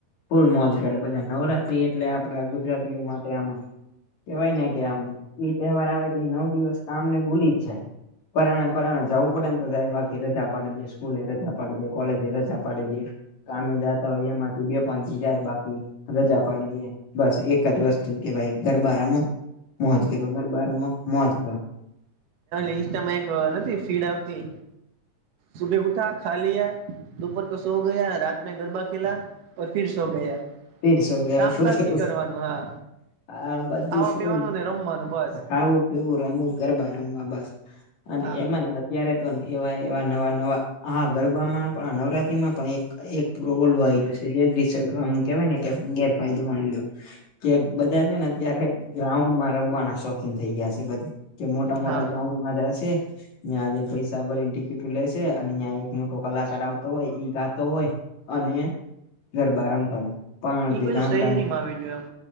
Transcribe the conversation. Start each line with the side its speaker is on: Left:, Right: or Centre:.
Left: ફૂલ મોજ કરે બધા નવરાત્રી એટલે આપડા ગુજરાતીઓ માટે આમ. કેવાય ને કે આમ એઈ તહેવાર આવે એટલે નવ દિવસ કામ ને ભૂલી જ જાય. પરાણા પરાણા જવું પડે તો જાય બાકી એ રજા આપ પાડી દે સ્કૂલ એ રજા આપડી દે કોલેજ એ રજા પાડી દે. કામે જતા હોય એમાંથી બે પણથી જાય બાકી. રજા પાડી દે બસ એક જ વસ્તુ કે ભાઈ ગરબા રમો. મોજ કર ગરબારમાં મોજ કર.
Right: ઈચતામાં એક નથી ફીડ આવતી. સુબે ઉઠા ખા લ દપર ક સો ગયા રાત મે ગરબા ખેલા. ઓર ફિર સો ગયા.
Left: ફિર સો ગયા.
Right: કામકાજ નહી કરવાનું હા
Left: હા બધું
Right: ખાવા
Left: શું
Right: પીવાનું ને રમવાનું બસ
Left: ખાવું? એવું રમવું કરવાા રમવા બસ અને
Right: હા
Left: એમાંય ત્યારે તો એવા એવા નવા નવા આ ગરબામાં પણ આ નવરાત્રીમાં પણ એક. એક પ્રોગલ આવી ગયો છે. જે દ કેવાય ને કે ગેરફાયદો મળ્યો કે બધા છે. ને ત્યારે ગ્રાઉન્ડ માં રમવાના શોખ. થઇ ગયા છે. બધા કે મોટા મોટા
Right: હા
Left: ગ્રાઉન્ડમાં જ છે ત્યાંને પૈસા ભરીને ટિકિટું લેશે અને ત્યાં એક મોટો કલાકાર આવતો હોય ગાતો હોય. અને ગરબા રમતા હોય પણ
Right: ઈ
Left: જે
Right: બધું
Left: ગામડાની.
Right: શહેરીમાં આવી ગયું